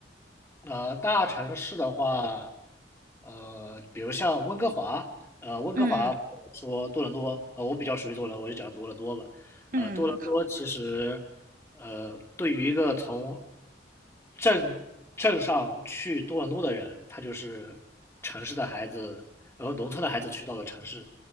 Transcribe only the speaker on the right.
嗯嗯
嗯，
好，